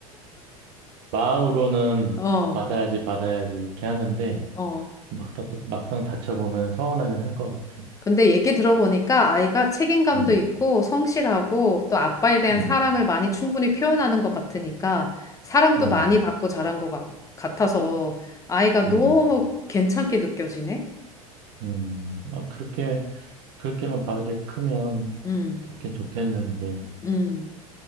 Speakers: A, on the right; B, on the left.
A: 마음으로는
B: 어,
A: 받아야지 받아야지 이렇게 하는데
B: 어.
A: 막, 다- 막상 다쳐보면 서운하긴 할 것 같아.
B: 근데 얘기 들어보니까 아이가 책임감도
A: 음,
B: 있고 성실하고 또 아빠에 대한
A: 음,
B: 사랑을 많이 충분히 표현하는 것 같으니까 사랑도
A: 음,
B: 많이 받고 자란 것 같- 같아서 아이가
A: 음,
B: 너무 괜찮게 느껴지네.
A: 음. 막 그렇게 그렇게만 바르게 크면
B: 음,
A: 좋긴 좋겠는데
B: 음.